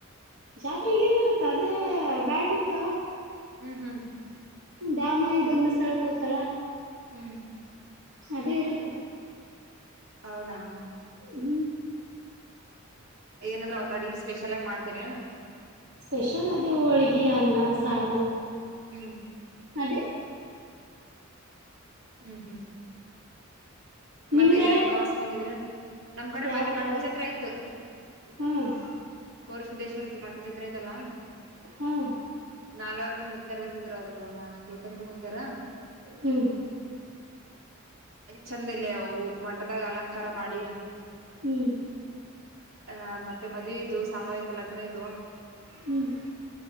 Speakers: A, on the right; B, on the right.
A: ಜಾತ್ರೆ ಏನಿರುತ್ತ ಅದೇ ಬ್ಯಾಟ್ ಇರ್ತಾವ
B: ಹ್ಮ್ ಹ್ಮ್
A: ಡಾಮ ಗಂಗಾಸ್ಥಳಕ್ಕೆ ಹೋಗ್ತಾರಾ
B: ಹ್ಮ್
A: ಅದೇ ಇರುತ್ತೆ
B: ಹೌದಾ
A: ಇ
B: ಏನಾದ್ ಅವ ತಡಿಗೆ ಸ್ಪೆಷಲ್ ಆಗ ಮಾಡ್ತೀರಿಏ
A: ಸ್ಪೆಷಲ್ ಅದೇ ಹೋಳ್ಗಿ ಅನ್ನ ಸಾರು
B: ಹ್ಮ್
A: ಅದ
B: ಹ್ಮ್ ಹ್ಮ್
A: ನಿಮ್
B: ಮತ್ತೆ
A: ಕಡೆ
B: ಎಲ್ಲರೂ ಪ್ರವಾಸಕ್ ಹೋಗಿದ್ರ ನಮ್ ಕಡೆ
A: ಯಾವ
B: ಮೊನೆೆ
A: ಪ್ರವಾಸ
B: ಮಟ್ಟದ ಜಾತ್ರೆ ಆಯ್ತು
A: ಹ್ಮ್
B: ಕೋರ್ ಸಿದ್ದೇಶ್ವರ ಜ ಮಟ್ಟದ ಜತ್ರ ಐತಲ್ಲಾ
A: ಹ್ಮ್
B: ನಾಲ್ವರ್ನ್ ಮುತ್ತಾರ್ ಬರ್ತಿದ್ರ ಅವ್ರಗಮ್ಮ ತೋಟ ಅಂದ್ರ ಮುತ್ತಾರ
A: ಹ್ಮ್
B: ಚಂದ ಇಲ್ಲ ಅವು ಮಠದಾಗ ಅಲಂಕಾರ ಮಾಡಿ
A: ಹ್ಮ್
B: ಅ ಮತ್ತೆ ಮದಿವಿ ಇದು ಸಾಮೂಹಿಕ ಲಗ್ನ ಇದು
A: ಹ್ಮ್